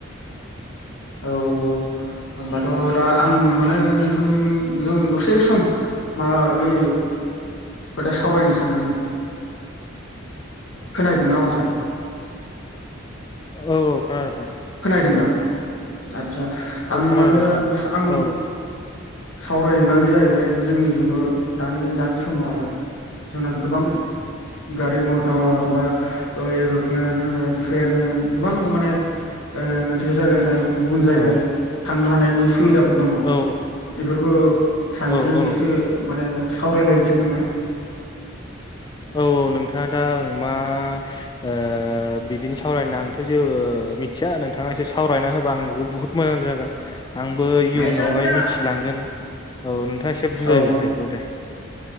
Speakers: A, on the left (about 80°); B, on the left (about 20°).
A: औ होमबाथ' दा आं माने नोंथांजों दसे सम माबा बे खोथा सावरायनो सादों आंङो। खोनाहैदों ना आवासा?
B: औ औ खोनादों नोंथां
A: खोनहैदों दा आदसा
B: औ
A: आं
B: खोनादों
A: माने
B: नोंथां
A: आं
B: औ
A: सावरायगोनानो जाहैबाय जोंनि जुगाव दानि दानि समाव आरो। जोंना गोबां गारि मटर बा ओ एर'प्लेन होन ट्रेन होन गोबां माने ओ मोनसे जायगानिफ्राय गुबुन जायगा
B: औ
A: थांनो हानायनि सुबिदा फ फोर दङ
B: औ
A: इफोरबो सानैजों
B: औ औ
A: एसे माने सावराय लायनोसै नामा?
B: औ औ नोंथांङा दा ओं मास ओ बिदिनो सावरायनो आंथ' जेबो मिथिया नोंथांङा एसे सावरायना होबा आंनोबो बुहुद मोजां जागोन आंबो इयुनावहाय
A: आदसा
B: मिथिलांगोन। औ नोंथांङा एसे बुजायलाय
A: औ
B: हायोबा दे